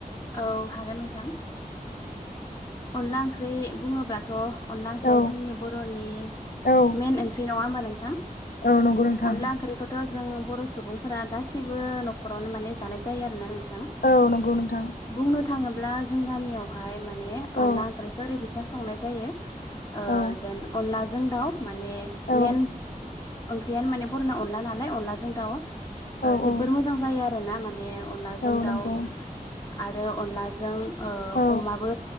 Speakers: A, on the left; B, on the left.
A: औ हागोन नोंथां अनला ओंख्रि बुङोब्लाथ' अनला ओंख्रिया
B: औ
A: जोंनि बर'नि
B: औ
A: मेन ओंख्रि नङा होमबा नोंथां
B: औ नंगौ नोंथां
A: अनला ओंख्रिखौथ' जों बर' सुबुंफोरा गासिबो न'खरावनो माने जानाय जायो आरोना नों
B: औ नंगौ नोंथां
A: बुंनो थाङोब्ला जों गामियावहाय माने अनला
B: औ
A: ओंख्रिखौ ओरै बिसा संनाय जायो ओ
B: औ
A: जेन अनलाजों दाउ माने
B: औ
A: मेन ओंख्रियानो माने बर'ना अनला नालाय अनलाजों दाउ ओ
B: औ
A: जोबोर
B: औ
A: मोजां जायो आरो ना माने अनलाजों
B: औ
A: दाउ
B: नंगौ
A: आरो अनलाजों ओ
B: औ
A: अमाबो